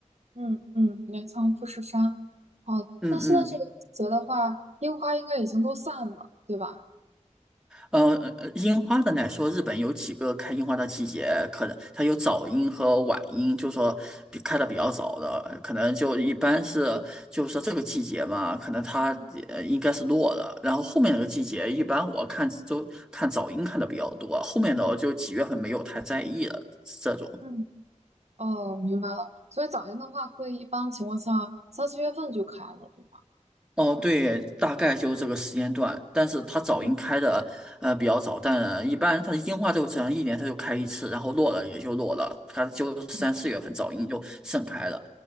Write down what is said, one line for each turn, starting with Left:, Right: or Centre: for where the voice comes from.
Right: 嗯嗯，镰仓、富士山。好，
Centre: 嗯嗯，
Right: 那现在这个季节的话，樱花应该已经都散了，对吧？
Centre: 呃，呃樱花的来说，日本有几个开樱花的季节，可能它有早樱和晚樱，就说比开的比较早的，可能就一般是就是说这个季节嘛，可能它呃应该是落了，然后后面那个季节，一般我看都看早樱看的比较多，后面的我就几月份没有太在意了这种。
Right: 嗯。哦，明白了。所以早樱的话，会一般情况下三四月份就开了，对吗？
Centre: 哦，对，大概就这个时间段，但是它早樱开的呃比较早，
Right: 嗯
Centre: 但一般它的樱花都只能一年它就开一次，然后落了也就落了，它就是三四月份早樱就盛开了。
Right: 嗯。